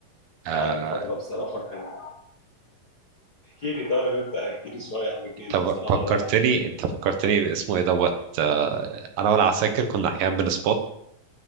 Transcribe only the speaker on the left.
قعدنا فترة بصراحة كان احكي لي طيب أنت احكي لي شوية عن الجيش
بصراحة
ده